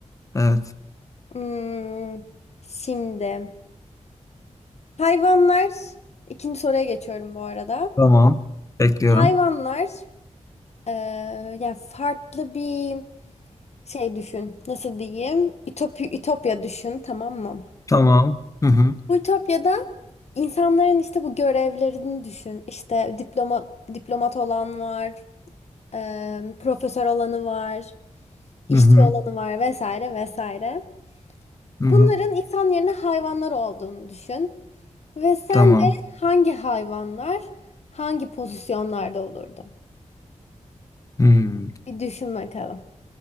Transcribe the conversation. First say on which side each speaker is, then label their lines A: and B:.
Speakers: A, on the left (about 25°); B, on the left (about 60°).
A: Evet.
B: Hmm, şimdi hayvanlar ikinci soruya geçiyorum bu arada.
A: Tamam. Bekliyorum.
B: Hayvanlar eee, yani farklı bir Şey düşün, nasıl diyeyim? Ütopi, Ütopya düşün, tamam mı?
A: Tamam. Hı hı.
B: Bu Ütopya'da insanların işte bu görevlerini düşün. İşte diploma, diplomat olan var, e, profesör olanı var, işçi
A: Hı hı.
B: olanı var vesaire vesaire.
A: Hı hı.
B: Bunların insan yerine hayvanlar olduğunu düşün. Ve sence
A: Tamam.
B: hangi hayvanlar hangi pozisyonlarda olurdu?
A: Hmm.
B: Bir düşün bakalım.